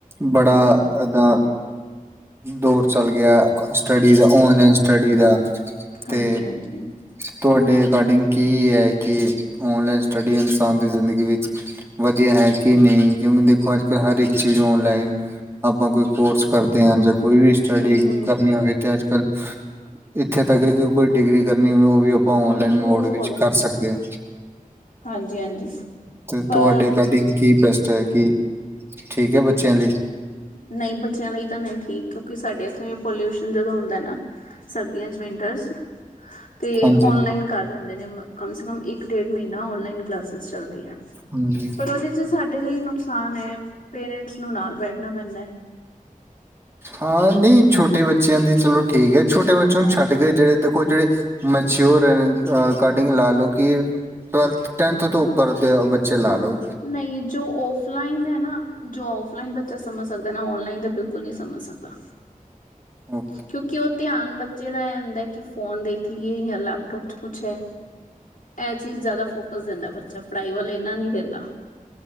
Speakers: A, on the right; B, on the left.
A: ਬੜਾ ਏਦਾਂ ਦੌਰ ਚੱਲ ਗਿਆ ਸਟੱਡੀ ਦਾ ਔਨਲਾਈਨ ਸਟੱਡੀ ਦਾ। ਤੇ
B: ਹਾਂਜੀ- ਹਾਂਜੀ।
A: ਤੁਹਾਡੇ ਅਕੋਡਿੰਗ ਕੀ ਹੈ। ਕਿ ਔਨਲਾਈਨ ਸਟੱਡੀ ਇਨਸਾਨ ਦੀ ਜ਼ਿੰਦਗੀ ਵਿੱਚ। ਵਧੀਆ ਹੈ। ਕਿ ਨਹੀਂ ਕਿਉਂਕਿ ਦੇਖੋ, ਅੱਜ ਕੱਲ ਹਰ ਚੀਜ਼ ਓਨਲਾਈਨ ਆਪਾਂ ਕੋਈ ਕੋਰਸ ਕਰਦੇ ਹਾਂ। ਕੋਈ ਵੀ ਸਟੱਡੀ
B: ਹਮ ਹਮ
A: ਕਰਨੀ ਹੋਵੇ ਤੇ, ਅੱਜ ਕੱਲ। ਇੱਥੇ ਤੱਕ ਕੋਈ ਡਿਗਰੀ ਕਰਨੀ ਹੋਵੇ ਉਹ ਵੀ ਆਪਾਂ
B: ਹਾਂਜੀ
A: ਔਨਲਾਈਨ ਮੋਡ ਵਿੱਚ ਕਰ ਸਕਦੇ ਹਾ।
B: ਹਾਂਜੀ
A: ਤੇ
B: ਪਰ
A: ਤੁਹਾਡੇ ਅਕੋਡਿੰਗ ਕੀ ਬੈਸਟ ਹੈ ਕਿ ਠੀਕ ਹੈ ਬੱਚਿਆਂ ਲਈ।
B: ਨਹੀਂ ਬੱਚਿਆਂ ਲਈ ਤਾਂ ਨਹੀਂ ਠੀਕ ਕਿਉਂਕਿ ਸਾਡੇ ਇੱਥੇ ਵੀ ਪੋਲਿਊਸ਼ਨ ਜਦੋਂ ਹੁੰਦਾ ਨਾ ਸਰਦੀਆਂ ਚ ਵਿੰਟਰਸ ਤੇ
A: ਹਾਂਜੀ।
B: ਓਨਲਾਈਨ ਕਰ ਦਿੰਦੇ ਨੇ ਕਮ ਸੇ ਕਮ ਇੱਕ ਡੇਢ ਮਹੀਨਾ ਔਨਲਾਈਨ ਕਲਾਸਿਸ ਚੱਲਦੀਆਂ।
A: ਹਾਂਜੀ।
B: ਫਿਰ ਉਹਦੇ ਚ ਸਾਡੇ ਲਈ ਨੁਕਸਾਨ ਹੈ ਪੇਰੈਂਟਸ ਨੂੰ ਨਾਲ ਬੈਠਣਾ ਪੈਂਦਾ।
A: ਹਾਂ ਨਹੀਂ ਛੋਟੇ ਬੱਚਿਆਂ ਦੀ ਚਲੋ ਠੀਕ ਹੈ ਛੋਟੇ ਬੱਚਿਆਂ
B: ਹਾਂ
A: ਨੂੰ ਛੱਡ ਕੇ ਜਿਹੜੇ ਦੇਖੋ ਜਿਹੜੇ ਮੈਚੋਯਰ ਐ ਅਕੋਡਿੰਗ ਲਾ ਲੋ ਕਿ ਟਵੈਲਥ ਟੈਨਥ ਤੋਂ ਉੱਪਰ ਦੇ ਬੱਚੇ ਲਾ ਲੋ।
B: ਨਈ ਜੋ ਔਫਲਾਈਨ ਹੈ ਨਾ ਜੋ ਔਫਲਾਈਨ ਬੱਚਾ ਸਮਝ ਸਕਦਾ ਏਨਾ ਔਨਲਾਈਨ ਤੇ ਬਿਲਕੁੱਲ ਨੀ ਸਮਝ ਸਕਦਾ।
A: ਹੂੰ।
B: ਕਿਉਂਕਿ ਉਹ ਧਿਆਨ ਬੱਚੇ ਦਾ ਇਹ ਹੁੰਦਾ ਹੈ ਕਿ ਫੋਨ ਦੇਖ ਲਈਏ ਜਾਂ ਲੈਪਟੋਪ ਚ ਕੁਛ ਹੈ। ਇਹ ਚੀਜ਼ ਜ਼ਿਆਦਾ ਫੋਕਸ ਦਿੰਦਾ ਬੱਚਾ ਪੜ੍ਹਾਈ ਵੱਲ ਇਨਾ ਨਹੀ ਦਿੰਦਾ।